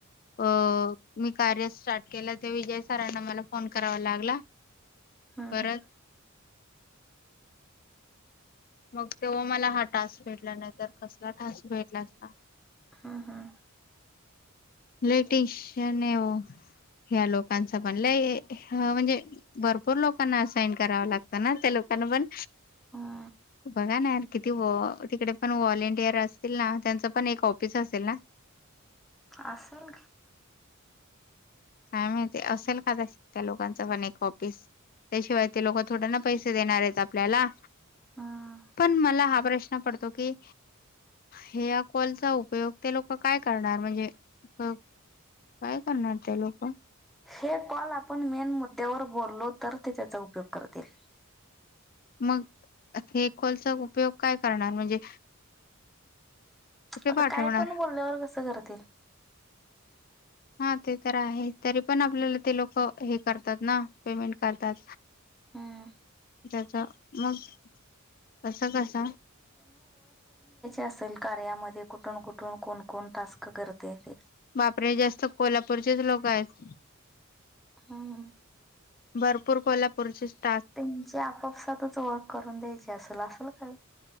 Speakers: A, on the left; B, in the centre.
A: अ मी कार्य स्टार्ट केलं ते विजय सरांना मला फोन करावा लागला.
B: हम्म
A: परत
B: हम्म
A: मग तेव्हा मला हा टास्क भेटला नाही तर कसला टास्क भेटला असता.
B: हम्म हम्म
A: इलेक्ट्रिशिन <unintelligible> ह्या लोकांच पण लय म्हणजे भरपूर लोकांना असाइन करावं लागतं ना त्या लो त्यांना पण
B: हा,
A: बा <unintelligible> नार किती तिकडे पण व्हॉलेंटियर असतील ना त्यांच पण एक ऑफिस असेल ना,
B: असल
A: काय माहिती असेल कदाचित त्या लोकांचं पण एक ऑफिस. त्याशिवाय ते लोक थोड ना पैसे देणार आहेत आपल्याला
B: हम्म
A: पण मला हा प्रश्न पडतो की हे या कॉलचा उपयोग ते लोक काय करणार म्हणजे काय करणार ते लोक.
B: हे कॉल आपण मेन मुद्द्यावर बोललो तर ते त्याचा उपयोग करतील
A: मग हे कॉलचा उपयोग काय करणार म्हणजे कुठे
B: आता
A: पाठवणार
B: काय पण बोलल्यावर कसं करतील.
A: हा ते तर आहे तरी पण आपल्याला ते लोक हे करतात ना पेमेंट करतात.
B: हम्म.
A: त्याच मग कस कस
B: अस <unintelligible> कार्यामध्ये कुठून कुठून कोण कोण टास्क करतयते.
A: बापरे! जास्त कोल्हापूरचेच लोक आहेत.
B: हां हा
A: भरपूर कोल्हापूरचीच.
B: त्यांची आपपसातच ओळख करून द्यायची असेल- असेल काय.